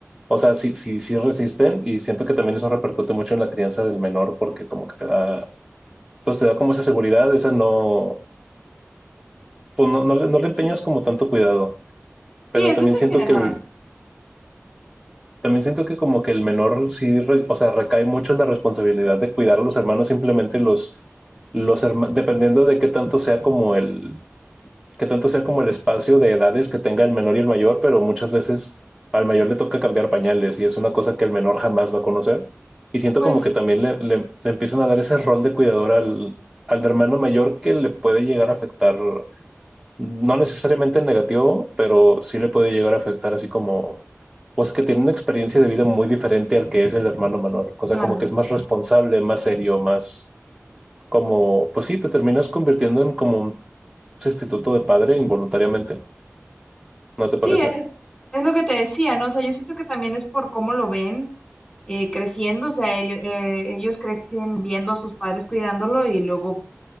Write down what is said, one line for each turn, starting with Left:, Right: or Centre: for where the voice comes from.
Centre: o sea, sí, sí, sí resisten y siento que también eso repercute mucho en la crianza del menor porque como que te da, pues te da como esa seguridad, esa no, pues no, no le, no le
Left: Sí,
Centre: empeñas como tanto cuidado, pero
Left: sí, eso
Centre: también
Left: es en
Centre: siento
Left: general.
Centre: que el- También siento que como que el menor sí, re- o sea, recae mucho en la responsabilidad de cuidar a los hermanos, simplemente los, los hermanos, dependiendo de qué tanto sea como el, qué tanto sea como el espacio de edades que tenga el menor y el mayor, pero muchas veces al mayor le toca cambiar pañales y es una cosa que el menor jamás va a conocer. Y siento
Left: Pues
Centre: como
Left: sí,
Centre: que también le, le, le empiezan a dar ese rol de cuidador al, al hermano mayor que le puede llegar a afectar, no necesariamente en negativo, pero sí le puede llegar a afectar así como pues que tiene una experiencia de vida muy diferente al que es el hermano menor. O
Left: claro.
Centre: sea, como que es más responsable, más serio, más como, pues sí, te terminas convirtiendo en como un sustituto de padre involuntariamente, ¿no te
Left: Sí,
Centre: parece?
Left: es, es lo que te decía, ¿no? O sea, yo siento que también es por cómo lo ven eh, creciendo, o sea, ello- eh, ellos, crecen viendo a sus padres cuidándolo y luego